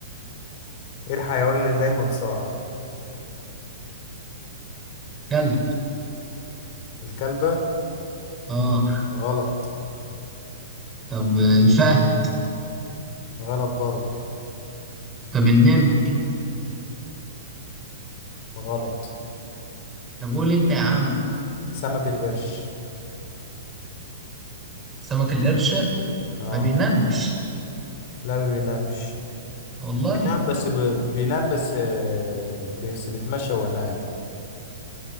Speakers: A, on the left (about 50°); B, on the right (about 15°).
A: ايه الحيوان اللي دايما صاع
B: كلب
A: الكلبة
B: اه
A: غلط
B: طب الفهد
A: غلط برضه
B: طب النمر
A: غلط
B: طب قول انت يا عم
A: سمك القرش
B: سمك القرش
A: اه
B: ما بينامش
A: لا ما بينامش
B: والله
A: بينام بس ب... بينام بس آه، بس بيتمشى وهو نايم